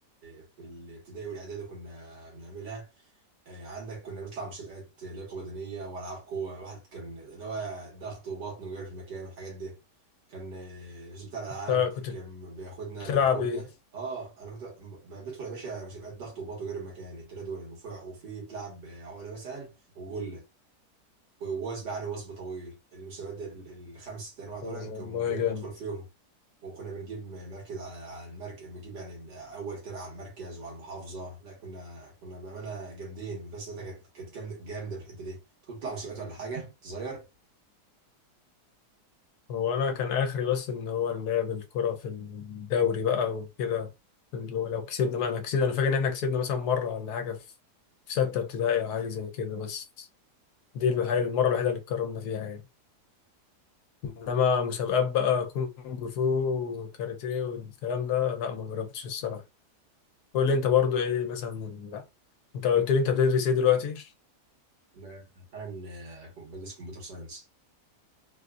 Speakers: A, on the right; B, on the left.
A: في الابتدائي والاعدادي كنا بنعملها آه، عندك كنا بنطلع مسابقات لياقه بدنيه والعاب قوه واحد كان اللي هو ضغط وبطن وجري في المكان والحاجات دي كان آه، الأستاذ بتاع الالعاب
B: أنت كنت
A: كان بياخدنا
B: بتلعب
A: بياخدنا
B: ايه
A: اه انا كنت ب- بدخل يا باشا مسابقات ضغط وبطن وجري في المكان التلاته دول وفي وفي بتلعب عقله مثلا وجول ووثب عليه وثب طويل المسابقات دي ال- الخمس ست انواع دول
B: والله
A: كنا
B: جامد
A: بندخل فيهم وكنا بنجيب مركز على على المركز بنجيب يعني من اول تاني على المركز وعلى المحافظه لا كنا كنا بامانه جامدين المدرسه بتاعتنا كانت كانت جامده جامده في الحته دي كنت بتطلع مسابقات ولا حاجه صغير
B: هو انا كان اخري بس ان هو اللعب الكرة في الدوري بقى وكده لو لو كسبنا بقى انا كسبنا انا فاكر ان احنا كسبنا مثلا مرة ولا حاجة في في ستة ابتدائي او حاجة زي كده بس دي الوحيدة المرة الوحيدة اللي اتكرمنا فيها يعني انما مسابقات بقى كونج فو وكاراتيه والكلام ده لا ما جربتش الصراحة قول لي انت برضو ايه مثلا لا انت قلت لي انت بتدرس ايه دلوقتي
A: انا حالا آه، بدرس كمبيوتر ساينس